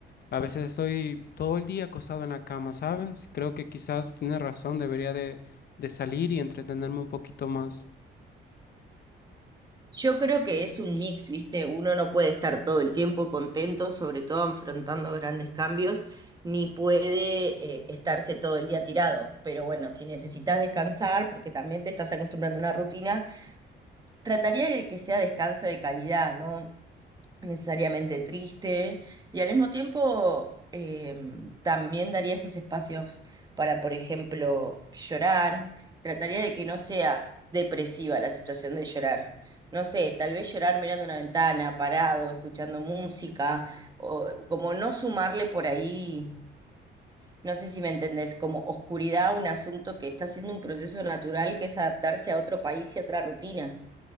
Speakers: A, on the left; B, on the right.
A: A veces estoy todo el día acostado en la cama, ¿sabes? Creo que quizás tienes razón, debería de, de salir y entretenerme un poquito más.
B: Yo creo que es un mix, ¿viste? Uno no puede estar todo el tiempo contento, sobre todo afrontando grandes cambios, ni puede eh, estarse todo el día tirado. Pero bueno, si necesitas descansar, porque también te estás acostumbrando a una rutina, trataría de que sea descanso de calidad, ¿no? necesariamente triste y al mismo tiempo em, también daría esos espacios para, por ejemplo, llorar. Trataría de que no sea depresiva la situación de llorar. No sé, tal vez llorar mirando una ventana, parado, escuchando música, o como no sumarle por ahí, no sé si me entendés, como oscuridad a un asunto que está siendo un proceso natural que es adaptarse a otro país y a otra rutina.